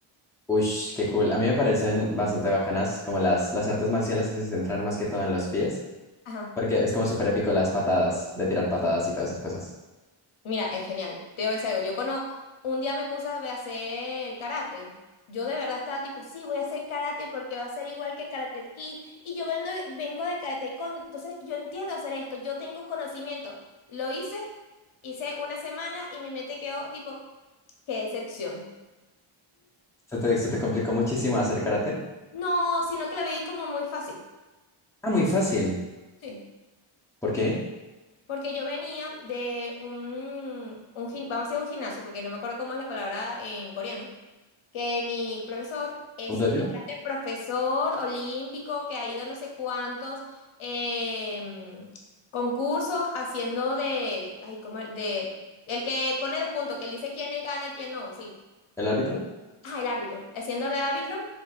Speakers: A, in the centre; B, on the left (about 70°).
A: Ush, qué cool. A mí me parecen bastante bacanas como las, las artes marciales que se centran más que todo en los pies,
B: Ajá.
A: porque es como súper épico las patadas, de tirar patadas y todas esas cosas.
B: Mira, es genial. Te voy a decir algo. Yo conozco, un día me puse a ve- a hacer karate. Yo de verdad estaba tipo, sí, voy a hacer karate porque va a ser igual que Karate Kid. Y yo vengo, vengo de Karate Taekwondo, entonces yo entiendo hacer esto, yo tengo conocimiento. Lo hice, hice una semana y mi mente quedó tipo, qué decepción.
A: ¿Se te, se te complicó muchísimo hacer karate?
B: No, sino que la vi como muy fácil.
A: Ah, muy fácil.
B: Sí,
A: ¿Por qué?
B: porque yo venía de un, un gim- vamos a decir un gimnasio, porque no me acuerdo cómo es la palabra en coreano. que mi profesor es
A: ¿Un dojo?
B: literalmente profesor olímpico que ha ido no sé cuántos eh, concursos haciendo de, ay, ¿cómo era? de, el que pone los puntos, que él dice quién gana, quién no, sí.
A: ¿El árbitro?
B: Ah, el árbitro, haciendo de árbitro.